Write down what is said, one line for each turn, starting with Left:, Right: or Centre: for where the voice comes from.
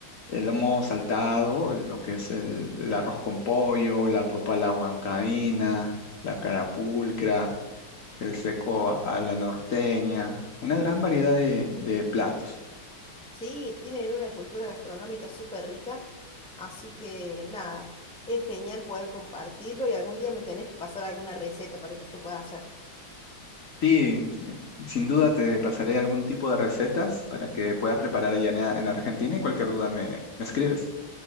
Left: el lomo saltado, lo que es el, el arroz con pollo, la papa a la huancaína, la carapulcra, el seco a a la norteña, una gran variedad de, de platos.
Centre: Sí, tienen una cultura gastronómica súper rica, así que nada, es genial poder compartirlo y algún día me tenés que pasar alguna receta para que yo pueda hacer.
Left: Sí, sí, sin duda te pasaré algún tipo de recetas para que puedas preparar allá en en Argentina y cualquier duda me, me escribes.